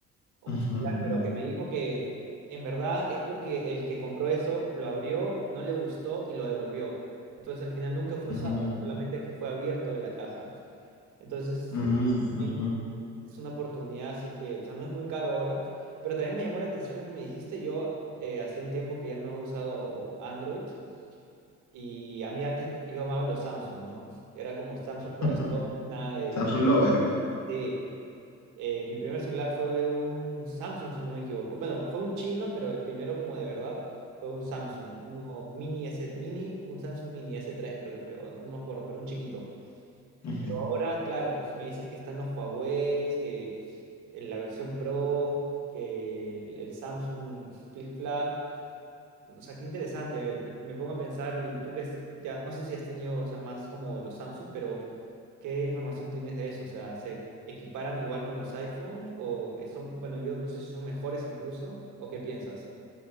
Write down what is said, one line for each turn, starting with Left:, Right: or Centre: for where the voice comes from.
Right: o
Left: ujú,
Right: un celular,
Left: ujú.
Right: pero que me dijo que en verdad es porque el que compró eso lo abrió, no le gustó y lo devolvió. Entonces al final nunca fue
Left: Mm,
Right: usado, solamente que fue abierto de la caja. Entonces,
Left: mm, ujú,
Right: también es una oportunidad, si es que, o sea, no es muy caro ahora, pero también me llamó la atención lo que me dijiste. Yo eh, hace un tiempo que ya no he usado Android y a mí antes yo amaba los Samsung, ¿no? Era como Samsung corazón,
Left: <laughs>
Right: nada de...
Left: Samsung Lover.
Right: de eh, mi primer celular fue un Samsung, si no me equivoco. Bueno, fue un chino, pero el primero como de verdad fue un Samsung, uno mini S, mini, un Samsung mini s tres creo que fue, o no, no me acuerdo, pero un chiquito.
Left: ujú.
Right: Ahora, claro, me dices que están los Huawei, que la versión Pro, que el, el Samsung <laughs> Flip Flag. O sea, qué interesante. Me me pongo a pensar y tú que es- ya, no sé si has tenido, o sea, más como los Samsung, pero ¿qué información tienes de eso? O sea, ¿se equiparan igual con los iPhone o eh, son, bueno, yo no sé si son mejores incluso o qué piensas?